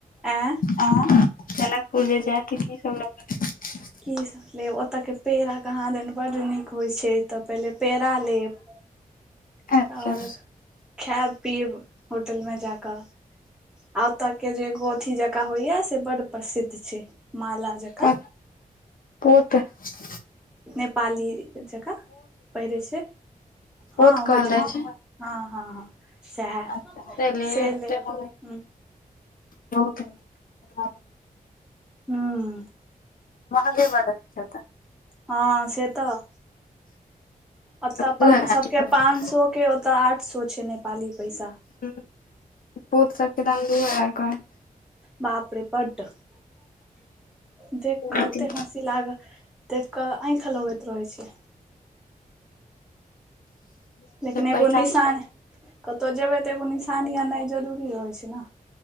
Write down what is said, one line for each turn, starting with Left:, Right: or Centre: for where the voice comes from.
Centre: आँ
Left: आ जनकपुर जे जा सब ल <unintelligible>
Centre: की सभ लेब ओतऽके पेड़ा कहाँ दनि बड्ड नीक होइ छै तऽ पहिले पेड़ा लेब
Left: अच्छा
Centre: आओर
Left: अच्छा
Centre: खायब पीब होटल मे जाकऽ आ ओतऽ के जे गोठी जकाँ होइया से बड प्रसिद्ध छै माला जकाँ
Left: प पूत <unintelligible>
Centre: नेपाली जकाँ पहिरे छै। हँ
Left: बहुत
Centre: होइत
Left: कहल
Centre: हेतै
Left: जाइ छै
Centre: हँ हँ हँ सएह
Left: अचछा चल
Centre: से लेब
Left: त <unintelligible>
Centre: ह
Left: बहुत निक बात
Centre: हँ- हँ
Left: महगे बड़ चत <unintelligible>
Centre: हँ से तऽ ओतऽ अपन
Left: दू हजार
Centre: सबके
Left: के कहत
Centre: पांच सौ के ओतऽ आठ सौ छै नेपाली पैसा
Left: ह पोत सबके दाम दू हजार कह है <unintelligible>
Centre: बाप रे बड देख
Left: कहत
Centre: क एते पर हस <unintelligible> लाग देख के आंखि लगैत रहै छै। लेकिन एगो
Left: पैसा
Centre: निसान कतहु जेबै तऽ एगो निशानी आनाइ जरूरी रहइ छै ने